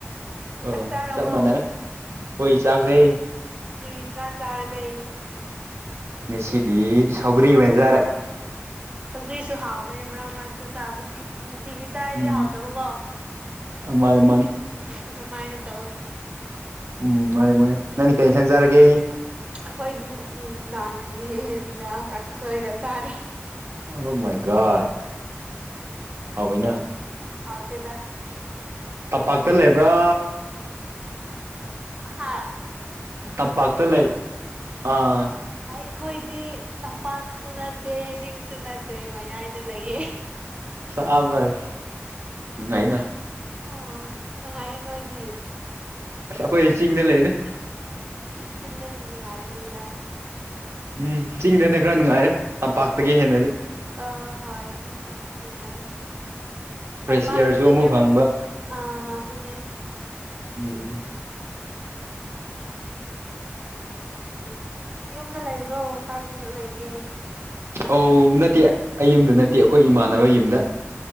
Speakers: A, on the right; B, on the right.
A: ꯑꯣ
B: ꯆꯥꯛ ꯆꯥꯔꯕꯣ
A: ꯆꯞ ꯃꯥꯟꯅꯩ ꯍꯣꯏ ꯆꯥꯈ꯭ꯔꯦ
B: ꯀꯔꯤ ꯏꯟꯖꯥꯡ ꯆꯥꯔꯒꯦ꯫
A: ꯉꯁꯤꯗꯤ ꯁꯧꯒ꯭ꯔꯤ ꯑꯣꯏꯅ ꯆꯥꯔꯦ
B: ꯁꯧꯒꯔ꯭ꯤꯁꯨ ꯍꯥꯎꯕꯅꯤ ꯃꯔꯛ ꯃꯔꯛꯇ ꯆꯥꯕꯗꯤ ꯅꯨꯡꯇꯤꯒꯤ ꯆꯥꯔꯗꯤ
A: ꯎꯝ
B: ꯍꯥꯎꯇꯕꯀꯣ
A: ꯃꯥꯅꯦ ꯃꯥꯅꯦ
B: ꯑꯗꯨꯃꯥꯏꯅ ꯇꯧꯋꯦ
A: ꯎꯝ ꯃꯥꯅꯦ ꯃꯥꯅꯦ ꯅꯪꯗꯤ ꯀꯩ ꯏꯟꯖꯥꯡ ꯆꯥꯔꯒꯦ
B: ꯑꯩꯈꯣꯏꯗꯤ ꯅꯨꯡꯗꯥꯡꯒꯤ ꯌꯦꯟꯒ ꯀꯥꯡꯁꯣꯏꯒ ꯆꯥꯔꯦ
A: ꯑꯣ ꯃꯥꯏ ꯒꯣꯠ ꯍꯥꯎꯋꯤꯅ
B: ꯍꯥꯎꯇꯦꯗ
A: ꯇꯝꯄꯥꯛꯇ ꯂꯩꯕ꯭ꯔꯥ
B: ꯍꯥꯥ
A: ꯇꯝꯄꯥꯛꯇ ꯂꯩ ꯑꯥ
B: ꯑꯩꯈꯣꯏꯗꯤ ꯇꯝꯄꯥꯛꯁꯨ ꯅꯠꯇꯦ ꯆꯤꯡꯁꯨ ꯅꯠꯇꯦ ꯃꯌꯥꯏꯗ ꯂꯩꯌꯦ
A: ꯁꯕꯥꯁ ꯅꯨꯡꯉꯥꯏꯅ
B: ꯑꯥ ꯅꯨꯡꯉꯥꯏꯌꯦ ꯅꯣꯏꯗꯤ
A: ꯑꯁ ꯑꯩꯈꯣꯏꯗꯤ ꯆꯤꯡꯗ ꯂꯩꯅꯦ
B: ꯆꯤꯡꯅ ꯅꯨꯡꯉꯥꯏꯕꯅꯦꯗ
A: ꯎꯝ ꯆꯤꯡꯗꯅꯦ ꯈꯔ ꯅꯨꯡꯉꯥꯏꯔꯦ ꯇꯝꯄꯥꯛꯇꯒꯤ
B: ꯑ
A: ꯍꯦꯟꯅꯗꯤ
B: ꯑ ꯍꯣꯏ ꯆꯤꯡꯗꯅ ꯅꯨꯡꯉꯥꯏꯌ ꯦ
A: ꯐ꯭ꯔꯦꯁ
B: ꯇꯝꯄꯥꯛꯇꯗꯤ
A: ꯑꯦꯌꯥꯔꯁꯨ ꯑꯃꯨꯛ
B: ꯀꯩ
A: ꯐꯪꯕ
B: ꯑ ꯑꯗꯨꯅꯦ
A: ꯎꯝ ꯎꯝ
B: ꯌꯨꯝꯗ ꯂꯩꯕ꯭ꯔꯣ ꯀꯥꯏꯗ ꯂꯩꯒꯦ
A: ꯑꯧ ꯅꯠꯇꯦ ꯑꯩ ꯌꯨꯝꯗ ꯅꯠꯇꯦ ꯑꯩꯈꯣꯏ ꯏꯃꯥꯟꯅꯕꯩ ꯌꯨꯝꯗ